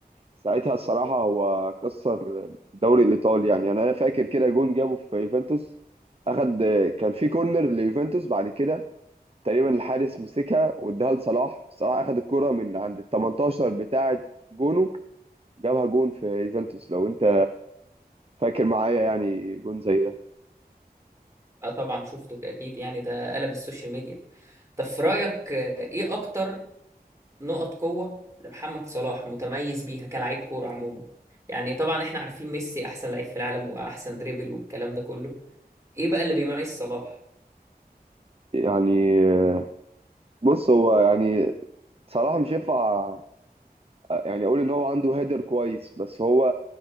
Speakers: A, on the right (about 35°); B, on the right (about 15°).
A: ساعتها الصراحة هو كسر الدوري الإيطالي يعني يعني أنا فاكر كده جون جابه في يوفنتوس أخد كان في كورنر ليوفنتوس بعد كده تقريبا الحارس مسكها واداها لصلاح صلاح اخد الكرة من عند ال 18 بتاعة جونه جابها جون في يوفنتوس لو انت فاكر معايا يعني جون زي ده
B: اه طبعا شفته اكيد يعني ده قلب السوشيال ميديا طب في رايك آه، ايه اكتر نقط قوة لمحمد صلاح متميز بيها كلاعب كورة عموما يعني طبعا احنا عارفين ميسي احسن لعيب في العالم واحسن دريبل والكلام ده كله ايه بقى اللي بيميز صلاح
A: يعني آه، بص هو يعني صلاح مش ينفع آه، يعني اقول ان هو عنده هيدر كويس بس هو